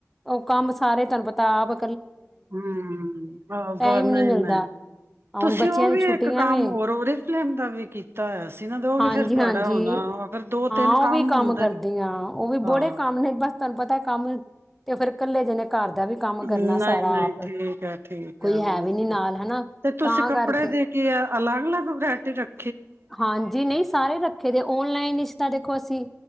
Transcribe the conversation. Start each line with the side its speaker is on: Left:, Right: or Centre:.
Centre: ਉਹ ਕੰਮ ਸਾਰੇ ਤੁਹਾਨੂੰ ਪਤ ਕਿਤਾਬ।
Right: ਹੁ ਆਹੋ
Centre: ਟਾਈਮ
Right: ਬਨ
Centre: ਨੀ
Right: ਨਹੀਂ
Centre: ਮਿਲਦਾ
Right: ਨਈ ਤੁਸੀਂ
Centre: ਹੁਣ ਬੱਚਿਆਂ
Right: ਉਹ
Centre: ਦੀ
Right: ਵੀ
Centre: ਛੁੱਟੀਆਂ
Right: ਇੱਕ ਕੰਮ
Centre: ਵੇ
Right: ਹੋਰ ੳਰੀ ਫਰੇਮ ਦਾ ਵੀ ਕੀਤਾ ਹੋਇਆ ਸੀ ਨਾ ਤੇ ਉਹ
Centre: ਹਾਂਜੀ
Right: ਵੀ ਫਿਰ ਤੁਹਾਡਾ
Centre: ਹਾਂਜੀ
Right: ਹੋਣਾ ਫਿਰ ਦੋ
Centre: ਹਾਂ
Right: ਤਿੰਨ
Centre: ਉਹ
Right: ਕੰਮ
Centre: ਵੀ
Right: ਹੁੰਦੇ
Centre: ਕਰਦੀਆਂ
Right: ਨੇ।
Centre: ਉਹ ਵੀ
Right: ਹਾਂ।
Centre: ਬੜੇ ਕੰਮ ਨੇ ਬਸ ਤੁਹਾਨੂੰ ਪਤਾ ਕੰਮ ਤੇ ਫੇਰ ਕੱਲੇ ਜਨੇ ਘਰ ਦਾ ਵੀ ਕੰਮ ਕਰਨਾ
Right: ਨਈ,
Centre: ਸਾਰਾ
Right: ਨਈ
Centre: ਆਪ
Right: ਠੀਕ ਏ। ਠੀਕ
Centre: ਕੋਈ
Right: ਏ। ਉਹ
Centre: ਹੈ ਵੀ ਨੀ ਨਾਲ ਹਨਾ
Right: ਤੇ ਤੁਸੀਂ
Centre: ਤਾਂ
Right: ਕੱਪੜੇ
Centre: ਕਰਕੇ
Right: ਦੇ ਕੇ ਆ- ਅਲਗ ਅਲਗ ਵੈਰਾਇਟੀ ਰੱਖ
Centre: ਹਾਂਜੀ, ਨਹੀਂ ਸਾਰੇ ਰੱਖੇ ਦੇ ਔਨਲਾਈਨ ਰਿਸ਼ਤਾ ਦੇਖੋ ਅਸੀਂ